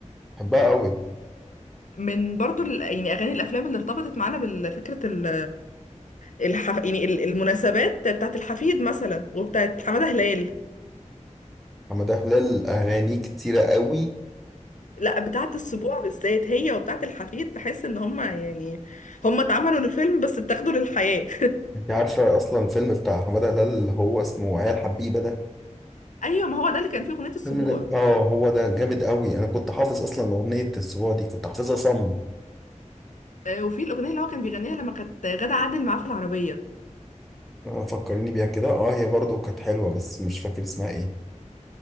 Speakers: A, in the centre; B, on the left.
A: بحبها قوي
B: من برضو ال- يعني اغاني الافلام اللي ارتبطت معانا بالفكره ال الحف... يعني ال- المناسبات بتاعت الحفيد مثلا وبتاعت حماده هلال
A: حمادة هلال أغانيه كتيرة قوي
B: لا بتاعت السبوع بالذات هي وبتاعت الحفيد تحس ان هما يعني هما اتعملوا للفيلم بس اتاخدوا للحياه
A: أنت عارفة أصلا الفيلم بتاع حمادة هلال اللي هو اسمه عيال حبيبة ده
B: <laughs> ايوه ما هو ده اللي كان فيه اغنيه السبوع
A: الفيلم ده آه هو ده جامد قوي أنا كنت حافظ أصلا أغنية السبوع دي كنت حافظها صم
B: آه، وفي الاغنيه اللي هو كان بيغنيها لما كانت غادة عادل معاه في العربيه
A: آه، فكرني بيها كده آه هي برضو كانت حلوة بس مش فاكر اسمها إيه